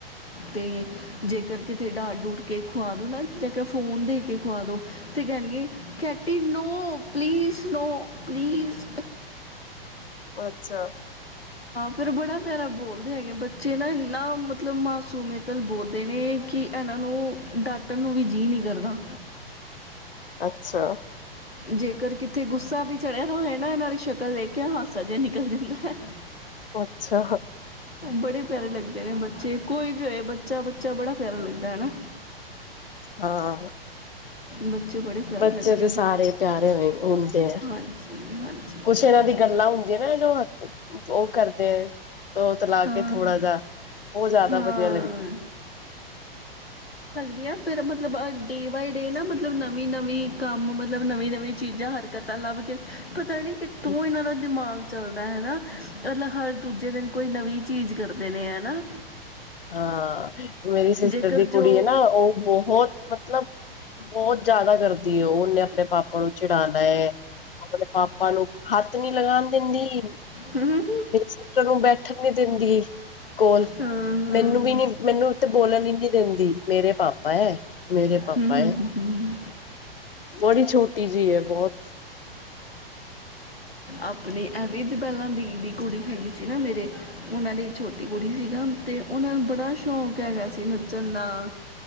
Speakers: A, on the left; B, on the left.
A: ਤੇ ਜੇਕਰ ਕਿਤੇ ਡਾਟ ਡੂਟ ਕੇ ਖਵਾ ਦੋ ਨਾ ਚ ਫੋਨ ਦੇ ਕੇ ਖਵਾ ਦੋ ਤੇ ਕਹਿਣਗੇ ਕੈਟੀ ਨੋ ਪਲੀਸ ਨੋ ਪਲੀਸ
B: ਅੱਛਾ।
A: ਫਿਰ ਬੜਾ ਪਿਆਰਾ ਬੋਲਦੇ ਹੈਗੇ ਬੱਚੇ ਨਾ ਇੰਨਾ ਮਤਲਬ ਮਾਸੂਮੀਅਤਲ ਬੋਲਦੇ ਨੇ ਕਿ ਇਹਨਾਂ ਨੂੰ ਡਾਟਨ ਨੂੰ ਵੀ ਜੀਅ ਨੀ ਕਰਦਾ।
B: ਅੱਛਾ।
A: ਜੇਕਰ ਕਿਤੇ ਗੁੱਸਾ ਵੀ ਚੜਿਆ ਤਾਂ ਹੋਏ ਨਾ ਇਹਨਾਂ ਦੀ ਸ਼ਕਲ ਵੇਖਿਆ ਹਾਸਾ ਜਿਹਾ ਨਿਕਲ ਜਾਂਦੈ
B: ਅੱਛਾ।
A: ਬੜੇ ਪਿਆਰੇ ਲੱਗਦੇ ਨੇ ਬੱਚੇ ਕੋਈ ਵੀ ਹੋਏ ਬੱਚਾ-ਬੱਚਾ ਬੜਾ ਪਿਆਰਾ ਲੱਗਦਾ ਹੈਨਾ
B: ਹਾਂ।
A: ਬ ਚੇ ਬੜੇ ਪਿਆਰੇ
B: ਬੱਚੇ
A: ਲੱਗਦੇ
B: ਤੇ
A: ਨੇ।
B: ਸਾਰੇ ਪਿਆਰੇ ਹੋ ਹੁੰਦੇ ਆ
A: ਹਾਂਜੀ ਹਾਂਜੀ
B: ਕੁਛ ਇਹਨਾਂ
A: ਹਾਂਜੀ
B: ਦੀ ਗੱਲਾਂ ਹੁੰਦੀਆਂ ਨਾ ਜੋ ਉਹ ਕਰਦੇ ਤੋਤਲਾ
A: ਹਾਂ
B: ਕੇ ਥੋੜਾ ਜਾ ਉਹ ਜ਼ਿਆਦਾ
A: ਹਾਂ
B: ਵਧੀਆ ਲੱਗਦੀ ਏ
A: ਦੀਆ ਫਿਰ ਮਤਲਬ ਡੇ ਬਾਏ ਡੇ ਨਾ ਮਤਲਬ ਨਵੀਂ-ਨਵੀਂ ਕੰਮ ਮ ਤਲਬ ਨਵੀਂ- ਨਵੀਂ ਚੀਜ਼ਾਂ ਹਰਕਤਾਂ ਲੱਭ ਕੇ ਤਾਂ ਨੀ ਕਿਥੋ
B: ਹਮ
A: ਇਹਨਾਂ ਦਾ ਦਿਮਾਗ ਚੱਲ ਦਾ ਹਨਾ ਮਤਲਬ ਹਰ ਦੂਜੇ ਦਿਨ ਕੋਈ ਨਵੀਂ ਚੀਜ਼ ਕਰਦੇ ਨੇ ਹਨਾ
B: ਹਾਂ ਮੇਰੀ ਸਿਸਟਰ
A: ਜੇਕਰ
B: ਦੀ ਕੁੜੀ
A: ਜੋ
B: ਹੈ ਨਾ ਉਹ ਬਹੁਤ ਮਤਲਬ ਬਹੁਤ ਜਿਆਦਾ ਕਰਦੀ ਓ ਉਹਨੇ ਆਪਣੇ ਪਾਪਾ ਨੂੰ <unintelligible> ਆਪਣੇ ਪਾਪਾ ਨੂੰ ਹੱਥ ਨੀ ਲਗਾਉਣ ਦਿੰਦੀ। ਮੇਰੇ
A: ਹਮ
B: ਸਿਸਟਰ ਨੂੰ ਬੈਠਣ ਨੀ ਦਿੰਦੀ ਕੋਲ
A: ਹਾਂ
B: ਮੈਨੂੰ ਵੀ ਨੀ ਮੈਨੂੰ ਉਥੇ ਬੋਲਣ ਹੀ ਨੀ ਦਿੰਦੀ ਮੇਰੇ ਪਾ <unintelligible> ਮੇਰੇ ਪਾਪਾ
A: ਹਮ
B: ਐ ਬੜੀ ਛੋਟੀ ਜੀ ਐ ਬਹੁਤ
A: ਆਪਣੇ ਐਵੇ ਦੀ ਪਹਿਲਾਂ ਦੀ ਦੀ ਕੁੜੀ ਹੈਗੀ ਸੀ ਨਾ ਮੇਰੇ ਉਹਨਾਂ ਦੀ ਛੋਟੀ ਕੁੜੀ ਸੀਗਾ ਤੇ ਉਹਨਾਂ ਨੂੰ ਬੜਾ ਸ਼ੌਕ ਹੈਗਾ ਸੀ ਨੱਚਣ ਦਾ,